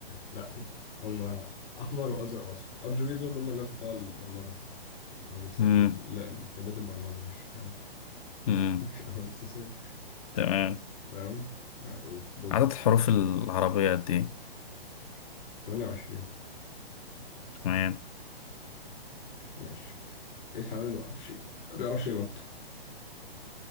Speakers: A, on the left; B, on the left.
A: لا هم احمر وازرق واصفر ار جي بي دول هم الناس بتوع البرمجه هم اللي بيستخدموهم
B: مم.
A: لا مكتبات البرمجه مش <laughs>
B: مم.
A: مش الوان اساسيه
B: تمام
A: تمام أقول دورك
B: عدد الحروف العربية قد إيه؟
A: 28
B: تمام
A: ماشي ايه الحيوان اللي ما بيعرفش ما بيعرفش ينط